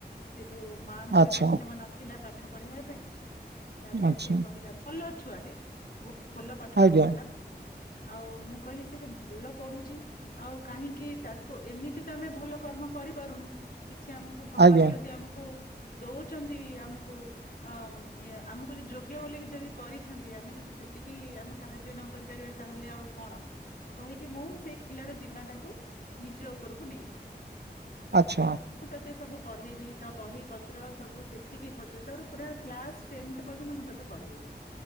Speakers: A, on the left; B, on the right.
A: ସେଇଠୁ ମାଙ୍କର
B: ଆଚ୍ଛା
A: ସକ୍ଷମ ନଥିଲା ପା ପାଠ ପଢେଇବା ପାଇଁ ତାପରେ
B: ଆଚ୍ଛା
A: ସିଏ କହିଲା ଭଲ ଛୁଆଟେ। ଭଲ ପାଠ
B: ଆଜ୍ଞା
A: ପଢୁଥିଲା ଆଉ ମୁଁ କହିଲି ସେତ ଭଲ ପଢୁଛି। ଆଉ କାହିଁକି ତାକୁ ଏମିତି ତ ଆମେ ଭଲ କର୍ମ କରିପାରୁନୁ? କିଛି ଆମକୁ ଭଗବାନ
B: ଆଜ୍ଞା
A: ଯଦି ଆମକୁ ଦଉଛନ୍ତି ଆମକୁ ଅ ଇଏ ଆମକୁ ଯ ଯୋଗ୍ୟ ବୋଲିି ଯଦି କରିଛନ୍ତି ଆମେ ଯଦି ସେତିକି ଆମେ ସାହାଯ୍ୟ ନ କରି କରିବା ତାହେଲେ ଆଉ କଣ କହିକି ମୁଁ ସେଇ ପିଲାର ଜିମା ଟାକୁ ନିଜ ଉପରକୁ ନେଇ
B: ଆଚ୍ଛା
A: ବୁଝିଗଲି ମୁଁ ତୋତେ ସବୁ ପଢେଇବି ତ ବହି ପତ୍ର ସବୁ ଯେତିକି ଖର୍ଚ୍ଚ ତର ପୁରା କ୍ଲାସ ଟେନ୍ଥ ପର୍ଯ୍ୟନ୍ତ ମୁଁ ତତେ ପଢେଇବି